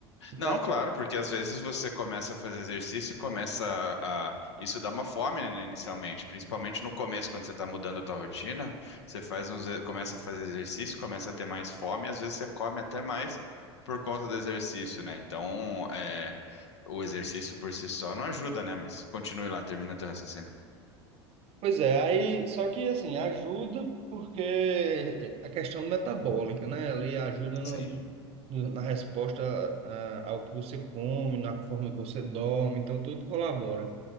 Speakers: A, on the right; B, on the left.
A: Vai.
B: Não, claro, porque às vezes você começa a fazer exercício e começa a, a- Isso dá uma fome, né, inicialmente, principalmente no começo, quando você está mudando a tua rotina, você faz uns... começa a fazer exercício, começa a ter mais fome, e às vezes você come até mais por conta do exercício, né? Então, é, o exercício por si só não ajuda, né? Mas continue lá, termina teu raciocínio.
A: Pois é, aí só que assim, ajuda porque a questão metabólica, né? Ali ajuda no,
B: Sim.
A: na resposta ah, ao que você come, na forma que você dorme, então tudo colabora.